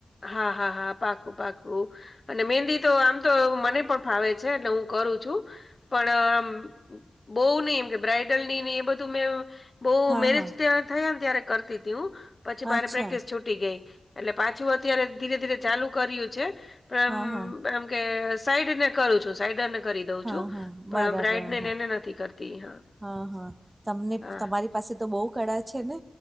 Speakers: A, on the left; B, on the right.
A: હા હા હા પાકું પાકું અને મહેંદી તો આમ તો મને પણ ફાવે છે એટલે હું કરું છું પણ આમ બહ નહી એમ કે બ્રાઈડલ ની નહ એ બધું મેં બહ
B: હા
A: મેરેજ
B: હા
A: ત થયા ને ત્યારે કરતી તી હું પછી મારે
B: અચ્છા
A: પ્રેક્ટિસ છૂટી ગઈ એટલે પાછ પાછ અત્યારે ધીરે ધીરે ચાલુ કર્યું છે પણમ
B: હા હા
A: એમ કે સાઈડને કરું છું સાઈડર ને કરી દઉં
B: હા
A: છું
B: હા બરાબર
A: પણ બ્રાઈડ નેને
B: હા
A: એને નથી કરતી હા
B: હા હા તમને
A: હા
B: તમારી પાસે તો બહુ કળા છે ને